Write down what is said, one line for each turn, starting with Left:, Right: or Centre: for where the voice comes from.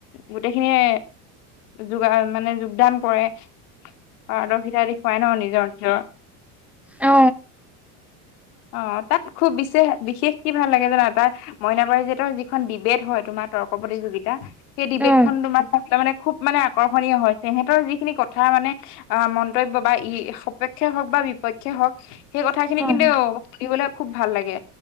Left: গোটেইখিনিয়ে যোগা মানে যোগদান কৰে। পাৰদৰ্শিতা দেখুৱাই ন' নিজৰ নিজৰ?
Centre: অ
Left: অ' তাত খুব বিশেষ বিশেষ কি ভাল লাগে জানা তাৰ মইনা পাৰজিতৰ যিখন ডিবেড হয় তোমাৰ তৰ্ক প্ৰতিযোগিতা সেই ডিবেটখন
Centre: অ
Left: তোমাৰ চাবে মানে খুব মানে আকৰ্ষণীয় হৈছে, সিহঁতৰ যিখিনি কথা মানে আ, মন্তব্য বা ই সপেক্ষে হওক বা বিপক্ষে হওক সেই কথাখিনি
Centre: হয়
Left: কিন্তু
Centre: হয়
Left: সি বুলে খুব ভাল লাগে।